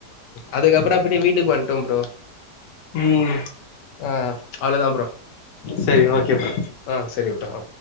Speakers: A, on the left; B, on the left.
A: அதுக்கப்பறோ அப்டியே வீட்டுக்கு வந்துட்டோ ப்ரோ
B: உம்
A: ஆஹ் அவ்ளவுதான் ப்ரோ
B: செரி ஓகே ப்ரோ
A: ஆ சரி ப்ரோ